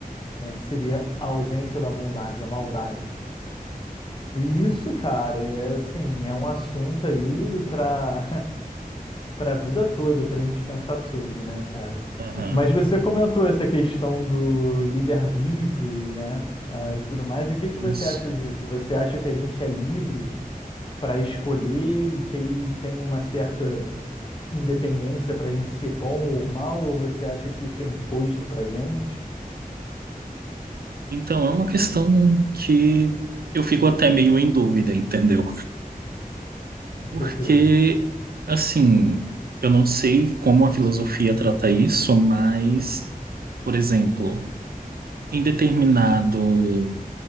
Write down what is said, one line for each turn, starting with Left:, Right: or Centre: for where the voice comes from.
Left: né? Que seria a ausência da bondade, a maldade. E isso, cara, é assim, é um assunto aí para para a vida toda, para a gente pensar sobre, né, cara?
Right: aham.
Left: Mas você comentou essa questão do livre-arbítrio e, né, ah, e tudo mais. E o que que
Right: Isso.
Left: você acha disso? Você acha que a gente é livre para escolher e que aí tem uma certa independência para a gente ser bom ou mal? Ou você acha que isso é imposto para a gente?
Right: Então é uma questão que eu fico até meio em dúvida, entendeu?
Left: Com
Right: Porque,
Left: certeza.
Right: assim, eu não sei como a filosofia trata isso, mas, por exemplo, em determinado,